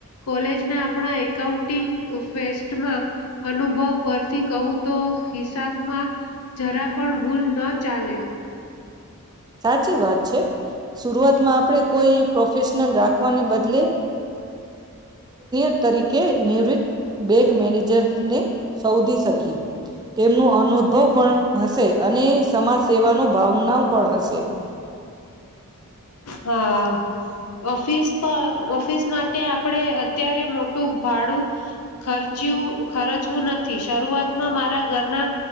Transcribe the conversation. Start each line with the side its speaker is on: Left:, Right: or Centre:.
Left: કોલેજના આપણા એકાઉન્ટ ટિક ફેસ્ટમાં. અનુભવ પરથી કહું તો હિસાબમાં જરા પણ ભૂલ ન ચાલે.
Right: સાચી વાત છે, શુરૂઆતમાં આપણે કોઈ પ્રોફેશનલ રાખવાને બદલે <unintelligible> તરીકે નિવૃત્ત બેંક મેનેજરને શોધી શકી તેમનું અનુદભવ પણ હશે અને સમાજ સેવાનો ભાવના પણ હશે.
Left: હા, ઓફિસ પ ઓફિસ માટે આપણે અત્યારે મોટું ભાડું ખર્ચ્યું ખર્ચવું નથી શરૂઆતમાં મારા ઘરના